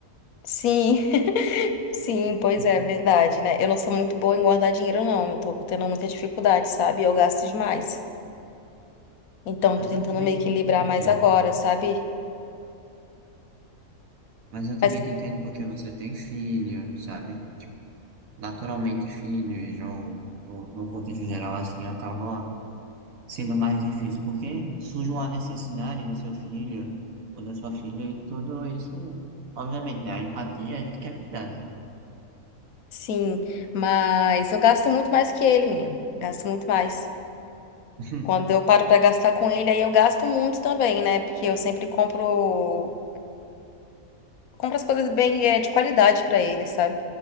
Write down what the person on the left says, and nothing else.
Sim, <laughs> sim, pois
é, verdade, né? Eu não sou muito boa em guardar dinheiro, não. Eu tô tendo muita dificuldade, sabe? Eu gasto demais. Então,
tô tentando
me equilibrar
mais agora, sabe?
Mas,
sim, mas eu gasto muito mais que ele, menino. Gasto muito mais.
Quando eu paro pra gastar com ele, aí eu gasto muito também, né? Porque eu sempre compro. compro as coisas bem é, de qualidade pra eles, sabe?